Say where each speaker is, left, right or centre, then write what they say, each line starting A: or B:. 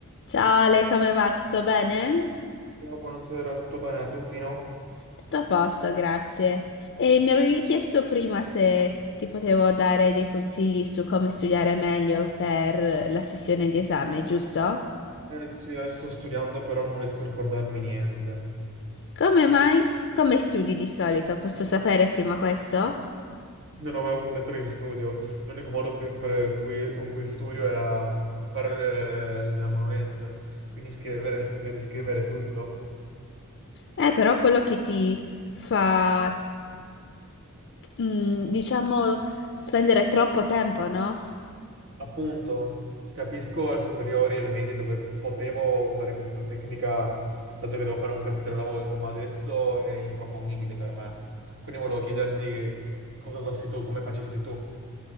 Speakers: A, on the left; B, on the right.
A: Ciao Ale, come va? Tutto bene?
B: Ciao, Buonasera, tutto bene? Tutti, no?
A: Tutto a posto, grazie. E mi avevi chiesto prima se ti potevo dare dei consigli su come studiare meglio per la sessione di esame, giusto?
B: Eh sì, adesso sto studiando, però non riesco a ricordarmi niente.
A: Come mai? Come studi di solito? Posso sapere prima questo?
B: Non ho mai avuto un metodo di studio. L'unico modo che- per cui- con cui studio era fare le- la monuenza, quindi scrivere e riscrivere tutto.
A: Eh, però quello che ti fa, mm, diciamo, spendere troppo tempo, no?
B: Appunto, capisco alle superiori e alle medie dove potevo usare questa tecnica, dato che devo fare un capitolo alla volta, ma adesso è improponibile per me. Quindi volevo chiederti cosa usassi tu, come facessi tu.